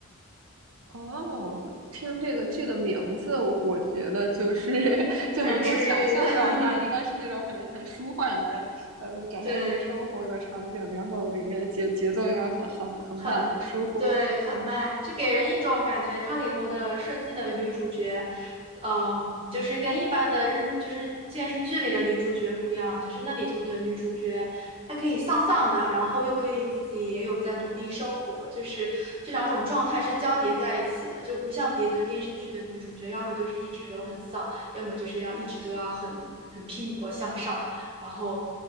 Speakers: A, on the right (about 75°); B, on the right (about 25°).
A: 哦，听这个剧的名字，我觉得就是 <laughs> 就能够想象到它应该是那种很很舒缓的，
B: 很治愈，<laughs>
A: 呃，展现一些生活的场景，
B: 对，
A: 然后应该节节奏应该很很很慢，
B: 很
A: 很舒服。
B: 对，很慢，就给人一种感觉，它里头的设计的女主角，嗯，就是跟一般的日，就是电视剧里的女主角不一样，就是那里头的女主角，她可以丧丧的，然后又可以自己也有在努力生活，就是这两种状态是交叠在一起的，就不像别的电视剧的女主角，要么就是一直都很丧，要么就是要一直都要很很拼搏向上。然后